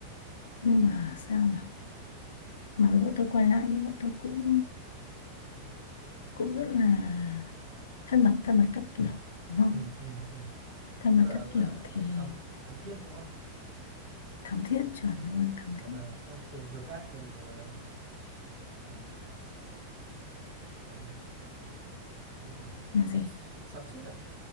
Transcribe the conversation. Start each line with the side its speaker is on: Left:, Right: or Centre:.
Left: nhưng mà sao nhỉ mặc dù bọn tôi quay lại nhưng bọn tôi cũng cũng rất là thân mật thân mật các kiểu đúng
Right: ừ,
Left: không
Right: ừ, ừ.
Left: thân
Right: tức
Left: mật
Right: là
Left: các
Right: ờ,
Left: kiểu thì
Right: thắm thăm thiết đúng không
Left: thắm thiết chuẩn luôn thắm
Right: gọi
Left: thiết
Right: là không dùng từ khác dùng từ gọi là gì à, là gì Cái gì nhỉ?
Left: là
Right: xoắn
Left: gì
Right: xoắn suýt à